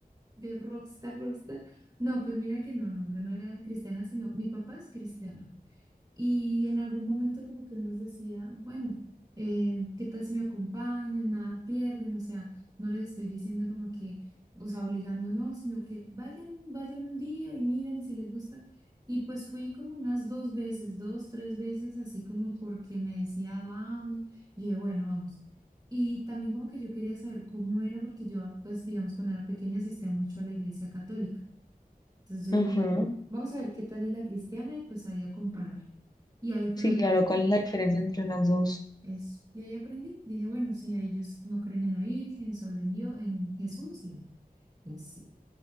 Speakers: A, on the right (about 25°); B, on the left (about 25°).
A: de rockstar, rockstar. No, pues mira que no, no, yo no era cristiana, sino mi papá es cristiano. Y en algún momento como que él nos decía, bueno, eh, ¿qué tal si me acompañan? Nada pierden, o sea, no les estoy diciendo como que, o sea, obligando no, sino que vayan, vayan un día y miran y si les gusta. Y pues fui como unas dos veces, dos, tres veces, así como porque me decía, vamos, y dije, bueno, vamos. Y también como que yo quería saber cómo era, porque yo, pues digamos, cuando era pequeña asistía mucho a la iglesia católica. Entonces yo
B: Ajá.
A: dije, vamos a ver qué tal es la cristiana y pues ahí a comparar. Y ahí fue
B: Sí,
A: donde
B: claro, ¿cuál es la diferencia entre las dos?
A: eso. Y ahí aprendí. Dije, bueno, sí, a ellos no creen en la Virgen, solo en Dios, en Jesús y bueno, y así.